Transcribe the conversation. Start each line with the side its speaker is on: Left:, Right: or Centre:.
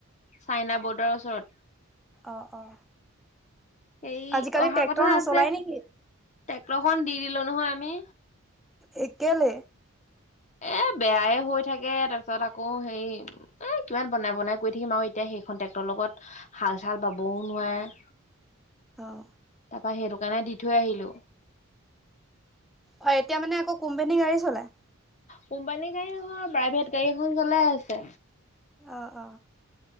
Left: চাইনা বৰ্ডাৰৰ ওচৰত
Centre: অ অ
Left: এই
Centre: আজিকালি
Left: অহা
Centre: ট্ৰেক্টৰ
Left: কথা
Centre: নচলাই
Left: আছে
Centre: নেকি?
Left: টেক্টৰখন দি দিলো নহয় আমি
Centre: এই কেলে
Left: এ বেয়াই হৈ থাকে তাৰপিছত আকৌ হে এ কিমান বনাই বনাই কৰি থাকিম আৰু এতিয়া সেইখন ট্ৰেক্টৰৰ লগত হাল চাল বাবও নোৱাৰে <inaudible>
Centre: অহ
Left: বা সেইটো কাৰণে দি থৈ আহিলো
Centre: অ' এতিয়া মানে আকৌ কোম্পানী গাড়ী চলায়।
Left: কোম্পানী গাড়ী নহয় প্ৰাইভেট গাড়ী এখন চলাই আছে।
Centre: অহ অহ